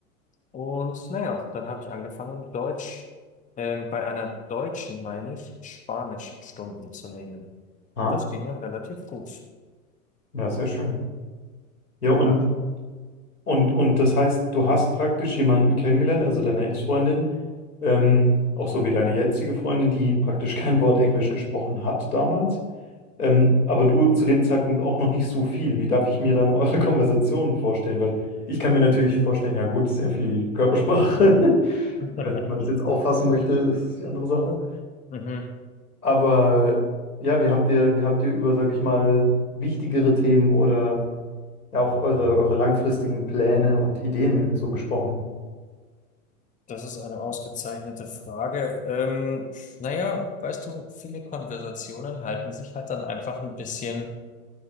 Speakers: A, on the left; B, on the left.
A: Und naja, dann habe ich angefangen, Deutsch, ähm, bei einer Deutschen, meine ich, Spanischstunden zu nehmen.
B: Ah,
A: Und das ging dann relativ gut.
B: ja, sehr schön. Ja, und,
A: Genau.
B: und, und das heißt, du hast praktisch jemanden kennengelernt, also deine Ex-Freundin, ähm, auch so wie deine jetzige Freundin, die praktisch <laughs> kein Wort Englisch gesprochen hat damals. Ähm, aber du zu dem Zeitpunkt auch noch nicht so viel. Wie darf ich mir dann eure <laughs> Konversationen vorstellen? Weil ich kann mir natürlich vorstellen, ja gut, sehr viel Körpersprache. <laughs>
A: <laughs>
B: Wie man das jetzt auffassen möchte, ist die andere Sache.
A: Mhm.
B: Aber ja, wie habt ihr, wie habt ihr über, sag ich mal, wichtigere Themen oder ja auch eure, eure langfristigen Pläne und Ideen so gesprochen?
A: Das ist eine ausgezeichnete Frage. Ähm, naja, weißt du, viele Konversationen halten sich halt dann einfach ein bisschen.